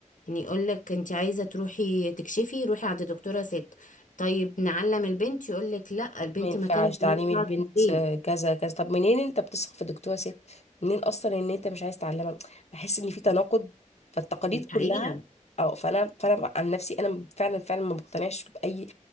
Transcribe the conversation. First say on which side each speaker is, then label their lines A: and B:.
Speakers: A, on the left (about 80°); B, on the left (about 55°).
A: يعني يقول لك انت عايزه تروحي تكشفي روحي عند دكتوره ست طيب نعلم البنت يقول لك لا البنت
B: ما ينفعش
A: ما كانت
B: تعليم
A: عايزة
B: البنت
A: تقعد في البيت
B: آه، كذا كذا طب منين انت بتثق في دكتوره ست منين اصلا ان انت مش عايز تعلمها بحس ان في تناقض فالتقاليد
A: دي
B: كلها
A: حقيقه
B: او فانا فانا عن نفسي انا فعلا فعلا ما بقتنعش باي